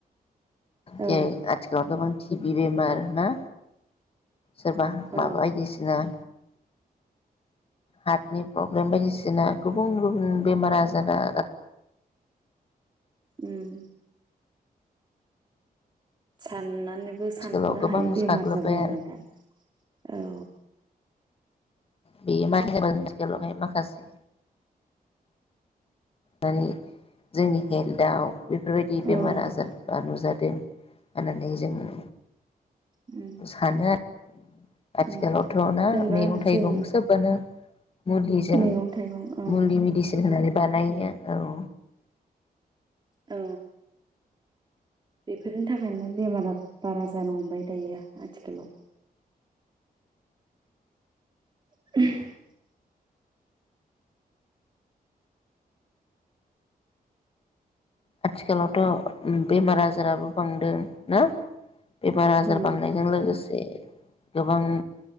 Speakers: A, on the right; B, on the left.
A: औ
B: जे आथिखालाव गोबां <unintelligible> बेमार ना सोरबा माबा
A: औ
B: बायदिसिना हार्टनि प्रब्लेम बायदि जोंना गुबुन गुबुन बेमार आजारा
A: ओम साननानै बो
B: आथिखालाव
A: सानख'नो
B: गोबां
A: हायि बेमार
B: साग्लोबबाय
A: जाबाय आरो दा औ
B: बेयो मानो आथिखालावहाय माखासे माने जोंनि हेल्थआव बेफोरबायदि
A: उम
B: बेमार आजारफ्रा नुजादों होननानै जोङो
A: उम
B: सानो आरो आथिखालावथ'ना
A: उम जेनेबा
B: मैगं थाइगं
A: जों
B: सोबबानो मुलिजों
A: मैगं थाइगं ओं
B: मुलि मेडिसिन होनानै बानायो औ
A: औ बेफोरनि थाखायनो बेमारा बारा जानो हमबाय दायो आथिखालाव <unintelligible>
B: आथिखालावथ' बेमार आजाराबो बांदों ना? <unintelligible> आजार
A: उम
B: बांनायजों लोगोसे गोबां